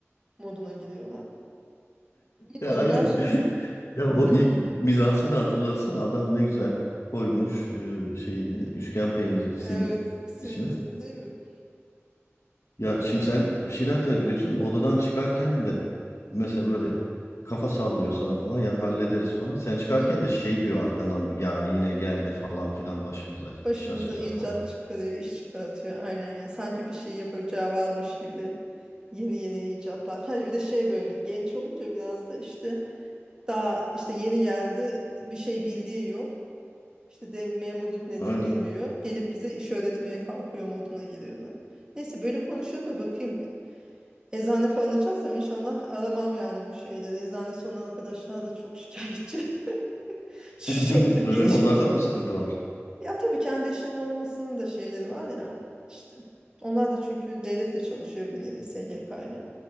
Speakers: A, on the right; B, on the left.
A: moduna giriyorlar. Bilmiyorum
B: Ya aynen.
A: gerçi
B: <laughs> Ya o ilk mizanseni hatırlasana adam ne güzel koymuş e, şeyini üçgen peyniri simidin
A: evet Sivri'nin
B: içine.
A: değil mi?
B: Ya şimdi sen bir şeyler tabii biliyorsun. Odadan çıkarken de mesela böyle kafa sallıyor sana falan ya hallederiz falan. Sen çıkarken
A: Hı hı.
B: de şey diyor arkandan bir ya yine geldi falan filan başımıza
A: Başımıza
B: iş açacak
A: icat
B: falan.
A: çıkarıyor, iş çıkartıyor. Aynen ya. Sanki bir şey yapacağı varmış gibi. Yeni yeni icatlar. Ha, bir de şey böyle genç olunca biraz da işte daha işte yeni geldi bir şey bildiği yok. İşte de memurluk nedir
B: Aynen.
A: bilmiyor. Gelip bize iş öğretmeye kalkıyor moduna giriyorlar. Neyse böyle konuşuyorum da bakayım bir. Eczane falan açarsam inşallah aramam yani bu şeyleri. Eczanesi olan arkadaşlar da çok şikayetçi. <laughs> Şu
B: <laughs>
A: çok da geniş
B: Öyle mi? Onlarda
A: geniş. konu.
B: da mı sıkıntı var?
A: Ya tabii kendi işinin olmasının da şeyleri var ya işte. Onlar da çünkü devletle çalışıyor bir nevi SGK ile.